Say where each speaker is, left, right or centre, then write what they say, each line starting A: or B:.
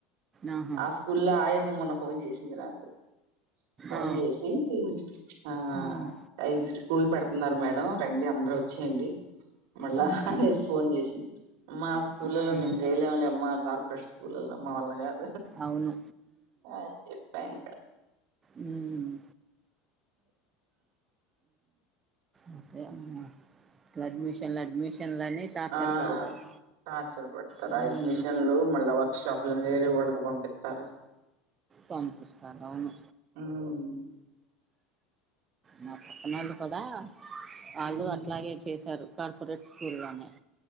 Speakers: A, on the right; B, on the right.
A: ఆహా!
B: ఆ స్కూల్ లో ఆయామ్మ మొన్న ఫోన్ చేసింది నాకు ఫోన్
A: ఆ!
B: చేసి ఆ
A: హ్మ్.
B: హై స్కూల్ పెడుతున్నారు మేడం రండి అందరు వచ్చేయండి మళ్ళా
A: హ్మ్.
B: అనేసి ఫోన్ చేసింది అమ్మా ఆ స్కూల్లో
A: హ్మ్.
B: మేము చేయలేమ లే అమ్మా కార్పొరేట్ మా వల్ల కాదు
A: అవును
B: అని చెప్పా ఇంకా
A: మ్మ్ ఇంకా అమ్మ అడ్మిషన్లు
B: అ
A: అడ్మిషన్లని టార్చర్
B: ఆ
A: పెడతారు
B: టార్చర్ పెడ్తారు
A: హ్మ్.
B: ఆ అడ్మిషన్లు మళ్ళా వర్క్ షాప్ల ని వేరే ఊళ్ళకి పంపిత్తారు
A: పంపిస్తారు అవును
B: మ్మ్
A: మా పక్కన వాళ్ళు కూడా వాళ్ళు
B: మ్మ్
A: అట్లాగే చేశారు కార్పొరేట్ స్కూల్ ఉన్నాయి